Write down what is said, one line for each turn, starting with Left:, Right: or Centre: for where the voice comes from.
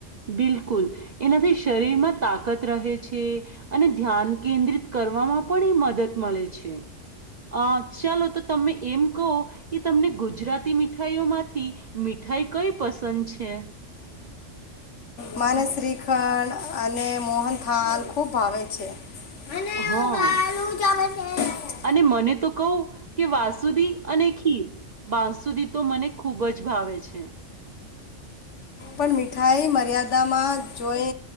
Right: બિલકુલ એનાથી શરીરમાં તાકત રહે છે અને ધ્યાન કેન્દ્રિત કરવામાં પણ એ મદદ મળે છે આ ચાલો તો તમે એમ કહો કે તમને ગુજરાતી મીઠાઈઓમાંથી મીઠાઈ કઈ પસંદ છે
Left: માને શ્રીખંડ અને મોહન થાલ ખુબ ભાવે છે મને
Right: હા
Left: બાલું જમે છે
Right: અને મને તો કહું કે વાસુદી અને ખીર બાસુ સુધી તો મને ખૂબ જ ભાવે છે
Left: પણ મીઠાઈ મર્યાદામાં જોઈ